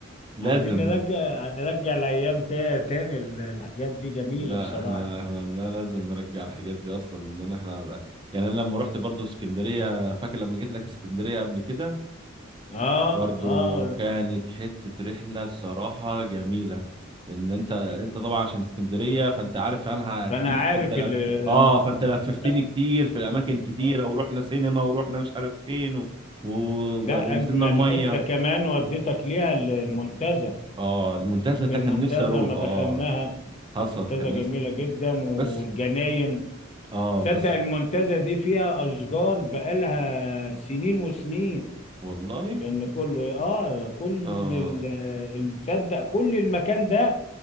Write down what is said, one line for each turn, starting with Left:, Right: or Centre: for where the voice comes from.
Right: لازم
Left: عايزين نرجع نرجع الأيام تا- تاني ال- الحاجات دي جميلة
Right: لا
Left: بصراحة
Right: احنا احنا لا لازم نرجع الحاجات دي اصلا لان احنا يعني انا لما رحت برضو اسكندريه فاكر لما جيت لك اسكندريه قبل كده
Left: اه
Right: برضو
Left: اه
Right: كانت حته رحله الصراحه جميله ان انت انت
Left: لا
Right: طبعا عشان اسكندريه فانت عارف عنها
Left: فأنا
Right: كتير
Left: عارف
Right: فانت لف
Left: اللي لما
Right: اه فانت لففتني
Left: لا
Right: كتير في اماكن كتيره
Left: آه.
Right: ورحنا سينما ورحنا مش عارف فين و... و...
Left: لا،
Right: ونزلنا
Left: أجمل
Right: الميه
Left: حتة كمان وديتك ليها المنتزه
Right: اه المنتزه
Left: لكن
Right: ده
Left: المنتزه
Right: كان نفسي اروح
Left: ما
Right: اه
Left: دخلناها
Right: حصل
Left: منتزه
Right: كان
Left: جميله
Right: ناس
Left: جدا والجناين
Right: بس اه
Left: تصدق
Right: بس
Left: المنتزه دي فيها اشجار بقالها سنين وسنين
Right: والله
Left: لان كل اه كل
Right: اه
Left: ال- تصدق كل المكان ده